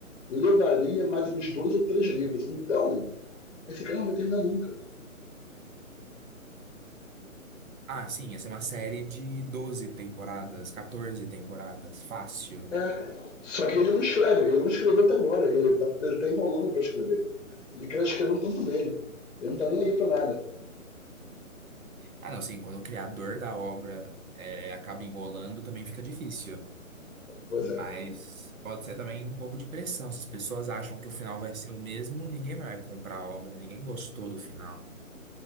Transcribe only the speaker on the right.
Ah, sim, ia ser uma série de 12 temporadas, 14 temporadas, fácil.
Ah, não, sim, quando o criador da obra é, acaba enrolando, também fica difícil.
Mas
pode ser também um pouco de pressão. Se as pessoas acham que o final vai ser o mesmo, ninguém vai comprar a obra, ninguém gostou do final.